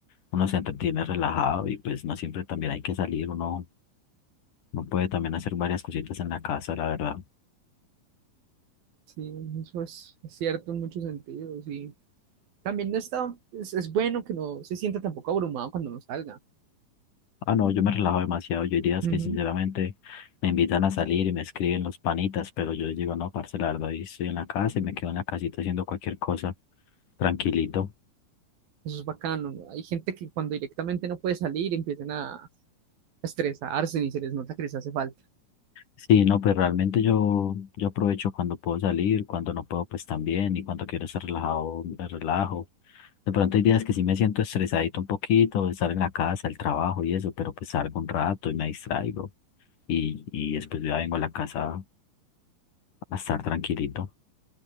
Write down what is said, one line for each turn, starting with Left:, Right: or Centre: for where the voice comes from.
Left: uno se entretiene relajado y pues no siempre también hay que salir, uno, no puede también hacer varias cositas en la casa, la verdad.
Right: Sí, eso es cierto en muchos sentidos. Y también no está, es, es bueno que no se sienta tampoco abrumado cuando no salga.
Left: Ah, no, yo me relajo demasiado, yo hay días
Right: Ujú.
Left: que sinceramente me invitan a salir y me escriben los panitas, pero yo les digo, no, parce, la verdad, hoy estoy en la casa y me quedo en la casita haciendo cualquier cosa, tranquilito.
Right: Eso es bacano, ¿no? Hay gente que cuando directamente no puede salir empiezan a, estresarse ni se les nota que les hace falta.
Left: Sí, no, pues realmente yo, yo aprovecho cuando puedo salir, cuando no puedo, pues también, y cuando quiero estar relajado, me relajo. De pronto hay días que sí me siento estresadito un poquito, de estar en la casa, el trabajo y eso, pero pues salgo un rato y me distraigo, y, y después ya vengo a la casa a estar tranquilito.